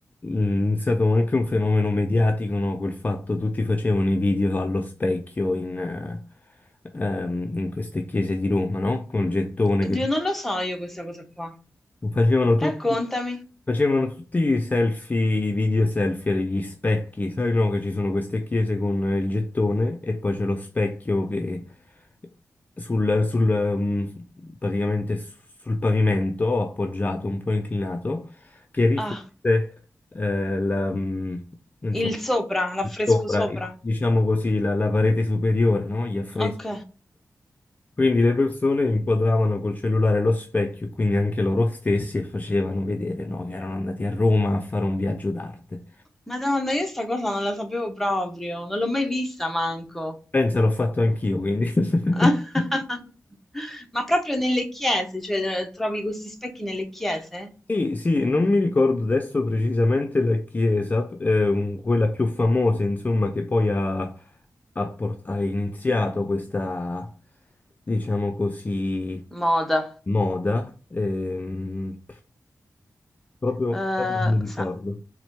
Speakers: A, on the left; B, in the centre.
A: Mm, È stato anche un fenomeno mediatico, no? Quel fatto, tutti facevano i video allo specchio in, eh, ehm, in queste chiese di Roma, no? Col gettone
B: Oddio,
A: che
B: non lo so io questa cosa qua.
A: Facevano tutti,
B: Raccontami.
A: facevano tutti i selfie, i video selfie agli specchi, sai no? Che ci sono queste chiese con il gettone e poi c'è lo specchio che sul, sul, um, praticamente su- sul pavimento appoggiato, un po' inclinato, che riflette
B: Ah,
A: eh, la, um, insomma,
B: il sopra, l'affresco
A: sopra,
B: sopra.
A: il- diciamo così, la, la parete superiore, no? Gli affreschi.
B: Ok.
A: Quindi le persone inquadravano col cellulare lo specchio, quindi anche loro stessi, e facevano vedere, no, che erano andati a Roma a fare un viaggio d'arte.
B: Madonna, io sta cosa non la sapevo proprio, non l'ho mai vista manco.
A: Pensa, l'ho fatto anch'io, quindi.
B: <laughs>
A: <laughs>
B: Ma proprio nelle chiese, cioè eh, trovi questi specchi nelle chiese?
A: Sì, sì, non mi ricordo adesso precisamente la chiesa, eh, quella più famosa, insomma, che poi ha, ha por- ha iniziato questa, diciamo così,
B: Moda.
A: moda. ehm, proprio,
B: Eh,
A: proprio non mi ricordo.
B: Sa-